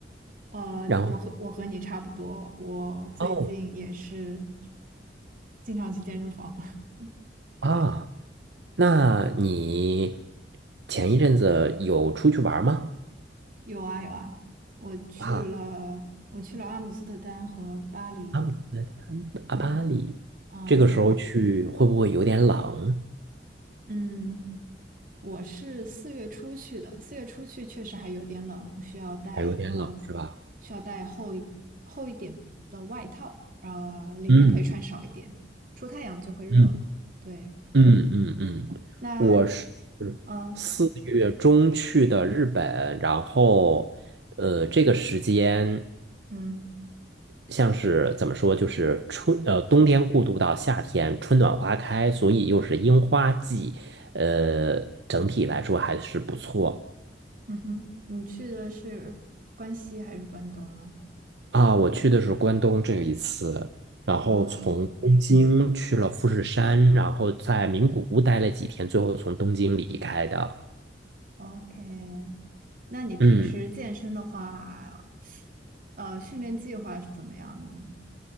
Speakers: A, on the right (about 50°); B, on the right (about 70°).
A: 呃，
B: 然后
A: 我和我和你差不多，我最近也是
B: 哦
A: 经常去健身房。<laughs>
B: 啊，
A: 对，
B: 那你前一阵子有出去玩儿吗？
A: 有啊有啊，我去了我去了阿姆斯特丹和巴黎，
B: 啊，阿姆斯阿巴里，
A: 嗯啊
B: 这个时候去会不会有点冷？
A: 嗯，我是四月初去的，四月初去确实还有点冷，需要带一个，
B: 还有点冷是吧？
A: 需要带厚一厚一点的外套，呃，里面可以穿少一点，
B: 嗯
A: 出太阳就会热。
B: 嗯
A: 对，
B: 嗯嗯嗯，
A: 那
B: 我是
A: 呃，
B: 四月中去的日本，然后呃，这个时间
A: 嗯
B: 像是怎么说，就是春呃冬天过渡到夏天，春暖花开，所以又是樱花季，呃，整体来说还是不错
A: 嗯哼，你去的是关西还是关东哦？
B: 啊。我去的是关东这一次，然后从东京去了富士山，
A: 啊
B: 然后在名古屋待了几天，最后从东京离开的。
A: ，OK，那你平时健身的话，
B: 嗯
A: 呃，训练计划是怎么样的呢